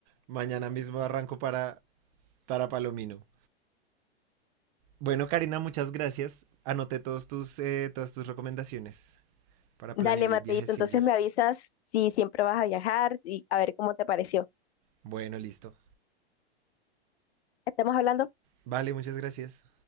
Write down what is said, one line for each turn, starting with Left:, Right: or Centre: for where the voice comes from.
Right: Mañana mismo arranco para, para Palomino. Bueno, Karina, muchas gracias. Anoté todos tus, eh, todas tus recomendaciones para
Left: Dale,
Right: planear
Left: Mateito,
Right: el viajecillo.
Left: entonces me avisas si siempre vas a viajar y a ver cómo te pareció.
Right: Bueno, listo.
Left: Estamos hablando.
Right: Vale, muchas gracias.